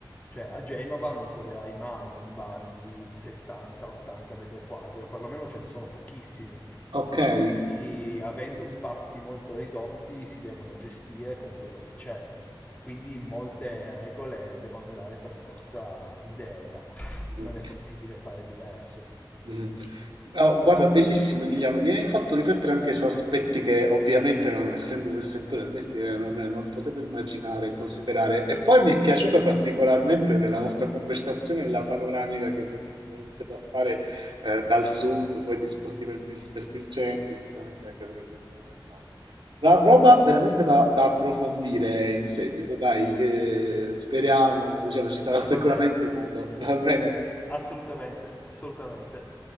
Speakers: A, on the left (about 20°); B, on the right (about 75°).
A: Cioè a Genova non troverai mai un bar di 70-80 metri quadri, o perlomeno ce ne sono pochissimi.
B: Okay.
A: E quindi avendo spazi molto ridotti si devono gestire con quello che c'è. Quindi molte regole devono andare per forza in deroga.
B: Mh.
A: Non è possibile fare diverso.
B: Mh-mh. Ah, guarda, bellissimo Emiliano, mi hai fatto riflettere anche su aspetti che ovviamente non essendo del settore del mestiere non, non potevo immaginare e considerare. E poi mi è piaciuta particolarmente della nostra conversazione la panoramica che mi, mi hai iniziato a fare eh, dal sud, poi ti sposti per, ti sposti il centro, sicuramente anche delle tue zone del nord. La roba veramente da, da approfondire in seguito, dai, eh, speriamo, diciamo, ci sarà sicuramente
A: Va bene.
B: modo, va bene?
A: Assolutamente, assolutamente.